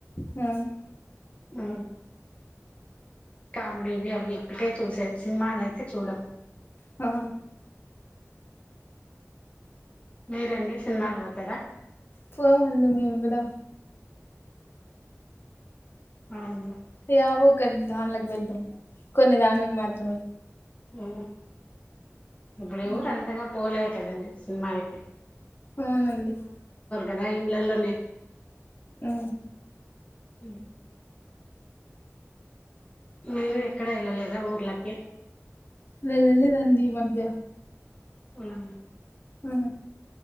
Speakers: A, on the left; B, on the left.
A: అ
B: ఆ కామెడీ ఇవి అవి ఇక్కటే చూసే సినిమాలు అయితే చూడం.
A: ఆ
B: మీరండి సినిమాలు పోతారా
A: పోమడింది మీము కూడా
B: అవును
A: యావో కొద్ద దాన్కి వెళ్దాం కొన్ని దాన్లకు మాత్రమే.
B: అ ఇప్పుడే
A: ఉమ్.
B: ఊరు అంతంగా పోలే కదండి సినిమాలకి
A: అవునండి
B: అదా ఇండ్లలోనే
A: అ
B: అ మీరు ఎక్కడ వెళ్ళలేదా ఊర్లకి
A: వెళ్ళళదండి ఈ మధ్య
B: అవునా
A: ఆ